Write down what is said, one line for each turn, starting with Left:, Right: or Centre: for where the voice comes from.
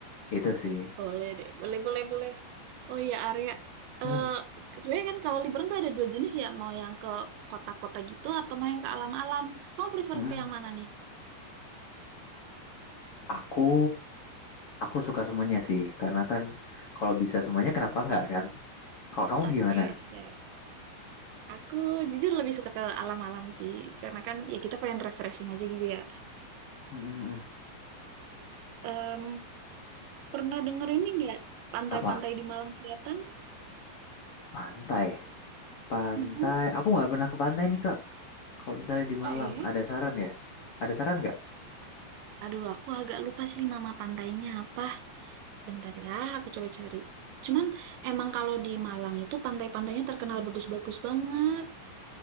Left: Itu sih.
Right: Boleh deh, boleh, boleh, boleh. Oh iya, Arya. Eh
Left: Hmm.
Right: sebenarnya kan kalau liburan tuh ada dua jenis ya, mau yang ke kota-kota gitu atau mau yang ke alam-alam. Kamu prefer
Left: mm.
Right: ke yang mana nih?
Left: Aku aku suka semuanya sih, karena kan kalau bisa semuanya kenapa enggak kan? Kalau kamu
Right: Oke,
Left: gimana?
Right: siap. Aku jujur lebih suka ke alam-alam sih, karena kan ya kita pengen refreshing aja gitu ya.
Left: Mm, mm, mm.
Right: Em, pernah denger ini nggak pantai-pantai
Left: Apa?
Right: di Malang Selatan?
Left: Pantai. Pantai.
Right: Mm-mm.
Left: Aku nggak pernah ke pantai nih, Kak. Kalau misalnya di Malang,
Right: Oh iya.
Left: ada saran ya? Ada saran nggak?
Right: Aduh, aku agak lupa sih nama pantainya apa. Bentar ya, aku coba cari. Cuman emang kalau di Malang itu pantai-pantainya terkenal bagus-bagus banget.